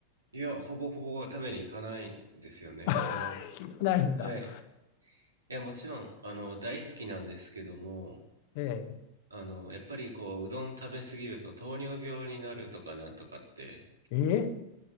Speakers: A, on the right (about 75°); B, on the left (about 50°).
A: いや、ほぼほぼ食べに行かないんですよね。
B: <laughs>
A: あの、
B: 行かないんだ。
A: はい。いや、もちろん、あの、大好きなんですけども、
B: え
A: あの、やっぱりこう、うどん食べ過ぎると糖尿病になるとかなんとかって、
B: え、え